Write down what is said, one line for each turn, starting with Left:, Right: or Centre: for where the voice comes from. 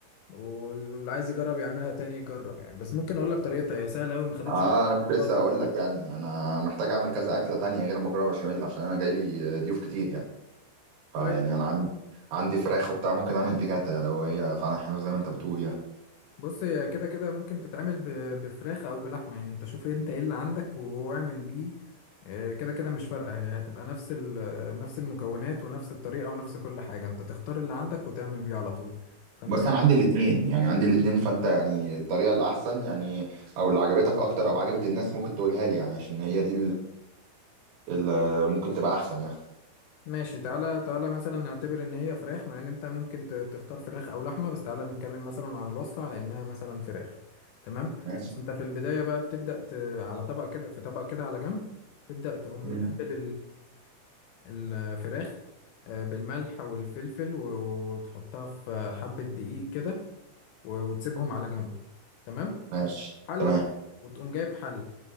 Left: واللي عايز يجرب يعملها تاني يجرب يعني بس ممكن اقول لك طريقتها هي سهله قوي ما خدتش
Right: اه انا كنت لسه
Left: خالص
Right: هقول لك يعني انا محتاج اعمل كذا اكله تانية غير المكرونه بشاميل عشان انا جاي لي ضيوف كتير يعني فيعني
Left: طيب
Right: انا عندي عندي فراخ وبتاع ممكن اعمل بيكاتا يعني لو هي فعلا حلوه زي ما انت بتقول يعني
Left: بص هي كده كده ممكن تتعمل ب- بفراخ او بلحمه يعني انت شوف إيه انت ايه اللي عندك واعمل بيه آه، كده كده مش فارقه هي هتبقى نفس ال- نفس المكونات ونفس الطريقه ونفس كل حاجه انت تختار اللي عندك وتعمل بيه على طول فانت
Right: بس
Left: ف-
Right: انا عندي الاثنين يعني عندي الاثنين فانت يعني الطريقه الاحسن يعني او اللي عجبتك اكتر او عجبت الناس ممكن تقولها لي يعني عشان هي دي ال- ممكن تبقى احسن يعني
Left: ماشي تعالى تعالى مثلا نعتبر ان هي فراخ مع ان انت ممكن ت- تختار فراخ او لحمه بس تعالى نتكلم مثلا عن الوصفه على انها مثلا فراخ تمام
Right: ماشي
Left: انت في البدايه بقى بتبدا ت... على طبق كده في طبق كده على جنب تبدا تقوم
Right: مم.
Left: متبل الفراخ آه، بالملح والفلفل و- وتحطها في حبة دقيق كده و- وتسيبهم على جنب تمام
Right: ماشي
Left: حلة
Right: تمام
Left: وتقوم جايب حلة